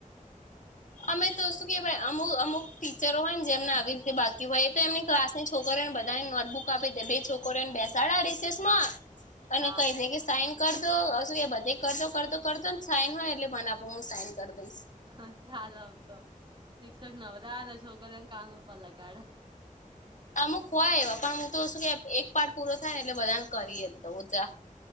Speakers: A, on the left; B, on the right.
A: અમે તો શું કે અમુક અમુક ટીચરો હોય ને જેમને આવી રીતે બાકી હોય તો એમને. ક્લાસ ની છોકરીને બધાને નોટબુક આપી દે બે છોકરો ને બેસાડા રિસેસ માં. અને
B: હા
A: કહી દે કે સાયન. કરતોોું કે બધે કરજો કરતો કરતોો ને સાઈન હોય એટલે પણ આપ હું સાઈન કરી દઈશ.
B: હા ચાલ આમ તો શિક્ષક નવરાને છો કર્યાને કામ પલાગાઢ.
A: અમુક હોય એવા પણ હું તો શું કે એક પાઠ પૂરો થાય ને એટલે બધાને કરીએ જ દઉં તા.